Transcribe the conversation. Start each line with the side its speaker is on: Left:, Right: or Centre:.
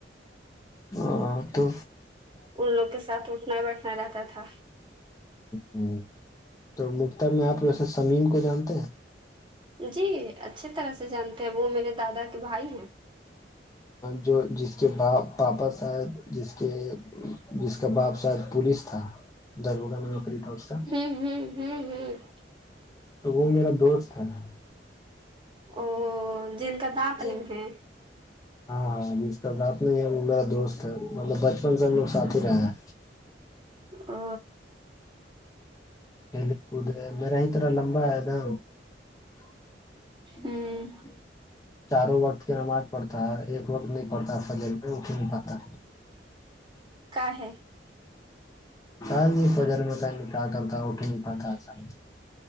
Left: اور دو
Right: ان لوگ کے ساتھ اٹھنا بیٹھنا رہتا تھا
Left: ہ تو مختر میں آپ ویسے سمیم کو جانتے ہیں
Right: جی اچھی طرح سے جانتے ہیں وہ میرے دادا کے بھائی ہیں
Left: جو جس کے با پاپا شاید جس کے جس کا باپ شاید پوولس تھا دربگہ میں نکری تھا اس کا
Right: <unintelligible>
Left: تو وہ میرا دوست ہے او
Right: او جن کا دانت نہیں ہے
Left: ہاں ہاں ج اس کا بات نہیں ہے میرا دوست ہے مطلب بچپن سے ہم لوگ ساتھ ہی رہے ہیں
Right: ا
Left: کھیل کود ہے میرا اترنا لمبا ہے نا اچ
Right: ہوں
Left: چاروں وقت کی نماز پڑتا ہے ایک وقت نہیں پڑتا سج میں نہیں پاتا
Right: کااہ
Left: س نہیں بجر میں کہیں کہ چلتا اٹ ہی نہیں پاتا کہیں